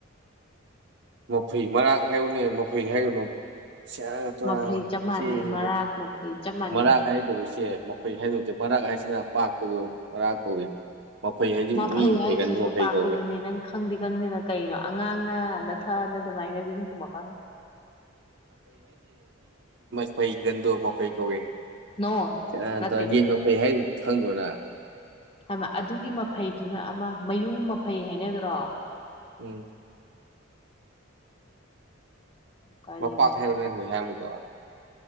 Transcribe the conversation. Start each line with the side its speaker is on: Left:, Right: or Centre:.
Right: ꯃꯐꯩ ꯃꯔꯥꯛ ꯍꯥꯏꯌꯨꯅꯦ ꯃꯐꯩ ꯍꯥꯏꯌꯨꯅꯨ ꯁꯤ ꯏꯆ
Left: ꯃꯐꯩ ꯆꯞ ꯃꯥꯟꯅꯩ ꯃꯔꯥꯛ ꯃꯐꯩ ꯆꯞ ꯃꯥꯟꯅꯩ
Right: ꯃꯔꯥꯡ ꯍꯥꯏꯥꯏꯗꯧꯔꯤꯁꯦ ꯃꯈꯐꯩ ꯍꯥꯏꯗꯣꯛꯇꯦ ꯃꯔꯛ ꯍꯥꯏꯁꯤꯅ ꯄꯥꯛꯄꯗꯨꯣ ꯃꯔꯥ ꯀꯧꯏ ꯃꯐꯩ ꯍꯥꯏꯗꯤ ꯃꯤ
Left: ꯃꯐꯩ
Right: ꯃꯐꯩꯒꯟꯗꯣ
Left: ꯍꯥꯏꯁꯤꯁꯨ
Right: ꯃꯐꯩ
Left: ꯄꯥꯛꯄꯗꯨꯅꯤ
Right: ꯀꯧꯏ
Left: ꯅꯪ ꯈꯪꯗꯦ ꯈꯪꯗꯦꯅ ꯀꯩꯅꯣ ꯑꯉꯥꯡꯅ ꯊꯥꯗ ꯑꯗꯨꯃꯥꯏꯅꯖꯤꯅ ꯈꯃꯀꯥꯟ
Right: ꯀꯩ ꯟꯗꯣ ꯃ ꯀꯩ ꯀꯧꯏ
Left: ꯅꯣ
Right: ꯌꯦꯟ
Left: ꯅꯠꯇꯦ
Right: ꯃꯐꯩ ꯀꯣꯏ ꯍꯥꯏ ꯈꯪꯗꯔꯣ ꯅꯪ
Left: ꯍꯥꯏꯃ ꯑꯗꯨꯒꯤ ꯃꯐꯩꯗꯨꯅ ꯑꯃ ꯃꯌꯨꯡ ꯃꯐꯩ ꯍꯥꯏꯅꯗ꯭ꯔꯣ
Right: ꯎꯝ
Left: ꯀꯔꯤꯅꯣ
Right: ꯃꯄꯥꯛ ꯈꯥꯏꯕ ꯖꯥꯏ ꯃꯗꯣ